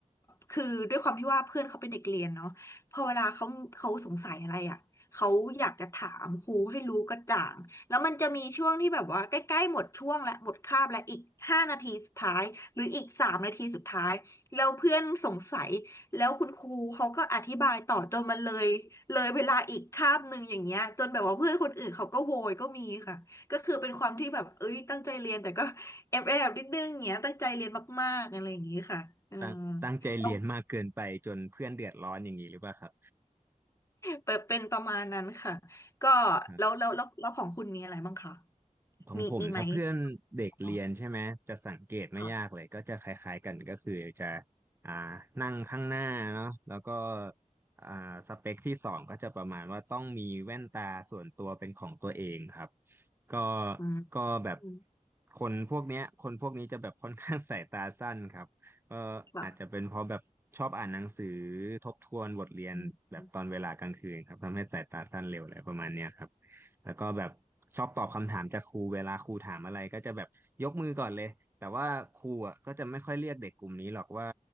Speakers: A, on the left; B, on the right.
A: คือด้วยความที่ว่าเพื่อนเขาเป็นเด็กเรียนเนาะพอเวลาเขาเขาสงสัยอะไรอ่ะเขาอยากจะถามครูให้รู้กระจ่างแล้วมันจะมีช่วงที่แบบว่าใกล้ๆหมดช่วงและหมดคาบและอีกห้านาทีสุดท้ายหรืออีกสามนาทีสุดท้ายแล้วเพื่อนสงสัย แล้วคุณครูเขาก็อธิบายต่อจนมันเลยเลยเวลาอีกคาบหนึ่งอย่างเงี้ยจนแบบว่าเพื่อนคนอื่นเขาก็โวยก็มีค่ะก็คือเป็นความที่แบบเอ้ยตั้งใจเรียนแต่ก็แอบแอบนิดนึงอย่างเงี้ยตั้งใจเรียนมากๆอะไรอย่างงี้ค่ะอืม
B: ตั้งตั้งใจเรียนมากเกินไปจนเพื่อนเดือดร้อนอย่างนี้หรือเปล่าครั
A: แล้วเป็นประมาณนั้นค่ะก็
B: บ
A: แล้วแล้วแล้วแล้วของคุณมีอะไรบ้างคะ
B: ของผมถ้าเพื่อนเด็กเรียนใช่ไหมจะสังเกตไม่ยากเลยก็จะคล้ายๆกันก็คือจะ
A: มีมีไหมอ๋อค่ะ
B: อ่านั่งข้างหน้าเนาะแล้วก็อ่าสเปคที่สองก็จะประมาณว่าต้องมีแว่นตาส่วนตัวเป็นของตัวเองครับก็
A: อืม
B: ก็แบบ
A: อืม
B: คนพวกเนี้ยคนพวกนี้จะแบบค่อนข้าง <laughs> สายตาสั้นครับก็อาจจะเป็นเพราะแบบชอบอ่านหนังสือ
A: ค่ะ
B: ทบทวนบทเรียนแบบตอนเวลากลางคืนครับทำให้สายตาสั้นเร็วอะไรประมาณเนี้ยครับ
A: อืม
B: แล้วก็แบบชอบตอบคำถามจากครูเวลาครูถามอะไรก็จะแบบยกมือก่อนเลยแต่ว่าครูอ่ะก็จะไม่ค่อยเรียกเด็กกลุ่มนี้หรอกว่า